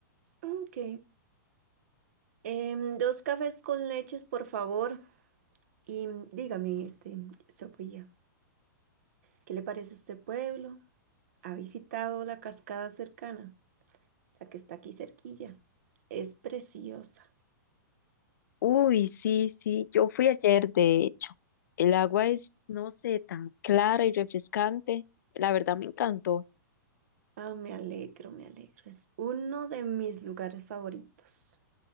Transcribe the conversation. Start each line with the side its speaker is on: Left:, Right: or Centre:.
Right: Ok. Em, dos cafés con leches, por favor. Y mm, dígame, este, Sofía, ¿qué le parece este pueblo? ¿Ha visitado la cascada cercana? La que está aquí cerquilla. Es preciosa.
Left: Uy, sí, sí, yo fui ayer, de hecho. El agua es, no sé, tan clara y refrescante. La verdad me encantó.
Right: Ah, me alegro, me alegro. Es uno de mis lugares favoritos.